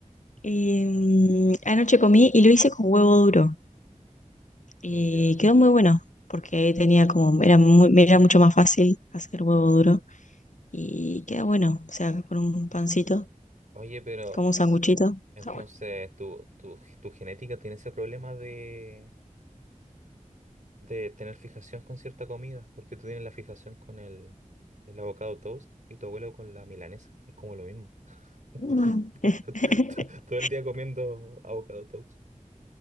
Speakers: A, on the left; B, on the right.
A: Y, mm, anoche comí y lo hice con huevo duro. Y
B: ya.
A: quedó muy bueno, porque tenía como, era muy- me era mucho más fácil hacer huevo duro. Y queda bueno, o sea, con un pancito,
B: Oye, pero
A: como un sanguchito.
B: entonces
A: Está bueno.
B: tu, tu, tu genética tiene ese problema de... de tener fijación con cierta comida, porque tú tienes la fijación con el, el avocado toast y tu abuelo con la milanesa. Es como lo mismo. <laughs>
A: Mm. <laughs>
B: Todo el día comiendo avocado toast.